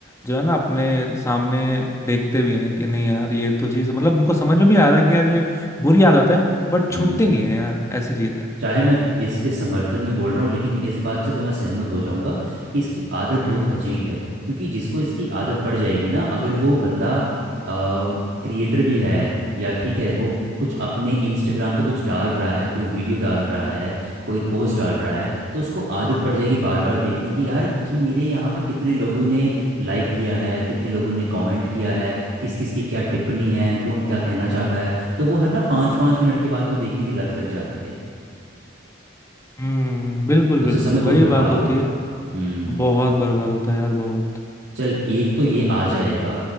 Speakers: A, on the left; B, on the right.
A: जो है ना अपने सामने देखते भी हैं कि नहीं यार ये तो चीज मतलब उनको समझ में भी आ रहा है कि यार ये बुरी आदत है बट
B: हम्म
A: छूटती नहीं है यार ऐसी चीज है
B: चाहे मैं इसके समर्थन में बोल रहा हूँ लेकिन इस बात से तो मैं सहमत हो जाऊंगा कि इसकी आदत बहुत
A: हम्म
B: अजीब है क्योंकि जिसको इसकी आदत पड़ जाएगी ना अगर वो बंदा क्रिएटर भी है या ठीक है वो कुछ अपने इंस्टाग्राम पे कुछ डाल रहा है कोई वीडियो डाल रहा है कोई पोस्ट डाल रहा है तो उसको आदत पड़ जाएगी बार बार देखने की यार कि मेरे यहाँ पे कितने लोगों ने लाइक किया है कितने लोगों ने कमेंट किया है किस किस की क्या टिप्पणी है कौन क्या कहना चाहता है तो वो हर ना पाँच पाँच मिनट के बाद वो देखने की लत लग जाती है
A: हम्म बिल्कुल
B: तो
A: बिल्कुल
B: उससे समय बहुत
A: वही
B: बर्बाद
A: बात होती
B: होता
A: है
B: है हम्म
A: बहुत बर्बाद होता है यार बहुत
B: चल एक तो ये आ जाएगा